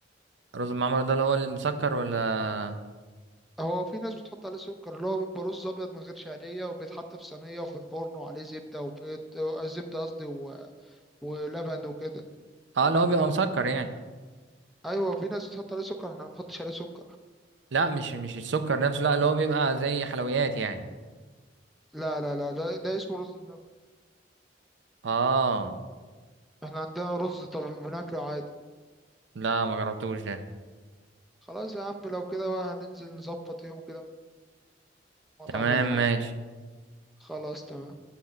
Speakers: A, on the right; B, in the centre.
A: الرز المعمر ده اللي هو المسكر ولا
B: هو في ناس بتحط عليه سكر اللي هو بيبقى رز ابيض من غير شعريه وبيتحط في صينيه وفي الفرن وعليه زبده وبيض آه، زبده قصدي و... ولبن وكده
A: اه اللي هو بيبقى مسكر يعني
B: ايوه في ناس بتحط عليه سكر احنا ما بنحطش عليه سكر
A: لا مش مش السكر نفسه لا اللي هو بيبقى زي حلويات يعني
B: لا لا لا ده, ده اسمه رز بلبن
A: اه
B: احنا عندنا رز طب بناكله عادي
A: لا ما جربتوش ده
B: خلاص يا عم لو كده بقى هننزل نظبط يوم كده مطعم
A: تمام
B: ولا حاجه
A: ماشي
B: خلاص تمام